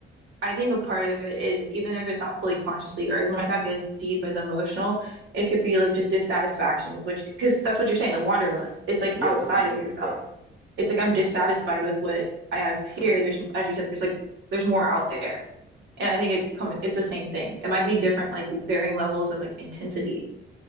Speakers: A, on the right; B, in the centre.
A: I think a part of it is even if it's not fully consciously or it might not be as deep as emotional, it could be like just dissatisfaction with which, because that's what you're saying, the wanderlust. It's like
B: Yeah,
A: outside
B: that's completely
A: of yourself.
B: fair.
A: it's like I'm dissatisfied with what I have here. There's, as you said, there's like there's more out there, and I think it come it's the same thing. It might be different, like varying levels of like intensity.